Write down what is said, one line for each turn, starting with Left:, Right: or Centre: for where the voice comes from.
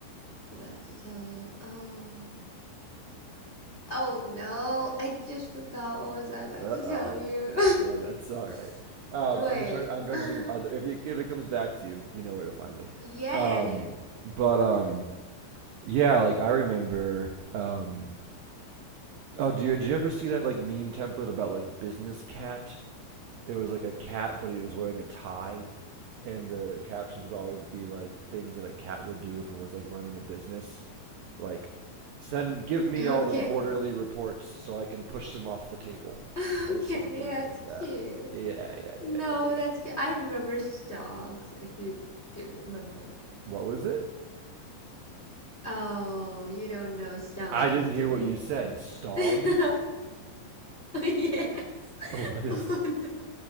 Left: about to tell you? Oh, oh no, I just forgot what was I about
Right: Uh-oh.
Left: to tell you.
Right: No, that's all right.
Left: <laughs>
Right: Um,
Left: Wait.
Right: I'm just trying. I'm trying
Left: <laughs>
Right: to think of other. If you if it comes back to you, you know where to find me.
Left: Yeah,
Right: Um,
Left: yeah,
Right: but um, yeah, like I remember. Um, oh, do you do you ever see that like meme template about like business cat? it was like a cat, but he was wearing a tie, and the captions would always be like things that a cat would do if it was like running a business, like send give me
Left: yeah.
Right: all
Left: Okay.
Right: the quarterly
Left: <laughs>
Right: reports so I can push them off the table
Left: Okay,
Right: or something
Left: that's
Right: like that.
Left: cute.
Right: Yeah, yeah, yeah,
Left: No,
Right: yeah. yeah.
Left: that's cute. I remember songs, if you do remember.
Right: What was it?
Left: Oh, you don't know songs,
Right: I didn't hear
Left: do you?
Right: what you said. Stogs?
Left: <laughs>
Right: <laughs>
Left: Yes.
Right: What is?
Left: Oh no.